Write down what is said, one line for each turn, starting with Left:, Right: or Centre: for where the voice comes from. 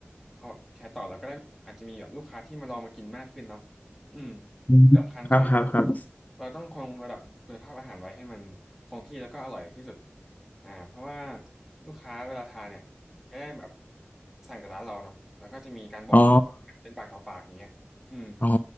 Centre: พอแบบแชร์ต่อเราก็ได้อาจจะมีแบบลูกค้าที่มาลองมากินมากขึ้นเนาะอืม
Left: อืมครับครับครับ
Centre: ที่สำคัญคือเราต้องคงระดับคุณภาพอาหารไว้ให้มันคงที่แล้วก็อร่อยที่สุดอ่าเพราะว่าลูกค้าเวลาทานเนี่ย ได้แบบสั่งแต่ร้านเราเนาะแล้วก็จะมีการบอกต่อเป็นปากต่อปากอย่างเงี้ยอืม
Left: อ๋ออ๋อ